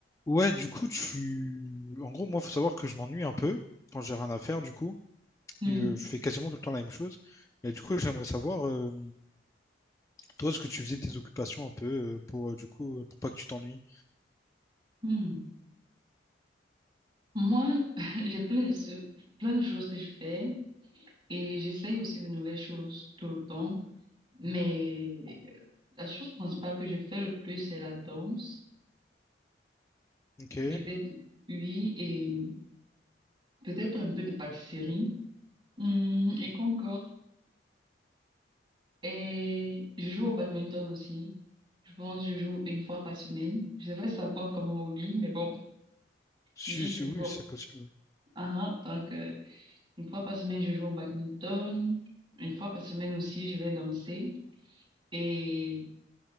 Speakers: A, on the left; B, on the right.
A: Ouais, du coup, tu... En gros, moi, faut savoir que je m'ennuie un peu quand j'ai rien à faire, du coup.
B: Oui.
A: Et euh, je fais quasiment tout le temps la même chose. Et du coup, j'aimerais savoir, euh, toi, ce que tu faisais tes occupations un peu euh, pour, euh, du coup, euh, pour pas que tu t'ennuies.
B: Hmm. Moi, <laughs> j'ai plein de, ce- plein de choses que je fais et j'essaye aussi de nouvelles choses tout le temps. Mais euh, la chose principale que je fais le plus, c'est la danse.
A: Ok.
B: Et je vais dire oui et peut-être un peu de pâtisserie. Hmm, et qu'encore? Et je joue au badminton aussi. Je pense que je joue une fois par semaine. Je sais pas si ça compte comme un hobby, mais bon,
A: Si,
B: oui,
A: si,
B: je
A: oui,
B: joue.
A: c'est possible.
B: Ah ah, donc, euh, Une fois par semaine, je joue au badminton. Une fois par semaine aussi, je vais danser. Et